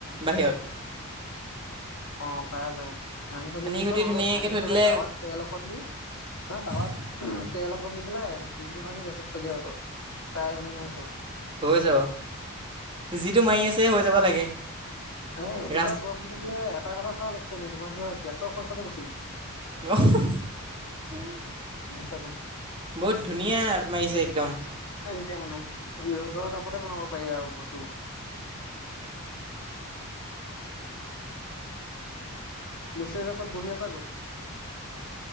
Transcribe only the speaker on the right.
বাহিৰত।
খুটি
ধুনীয়াকৈ
থৈ
দিলে
<unintelligible>
হৈ যাব। যিটো মাৰি আছে হৈ যাব লাগে।
ৰাস্ত
<unintelligible>
বহুত ধুনীয়া মাৰিছে একদম।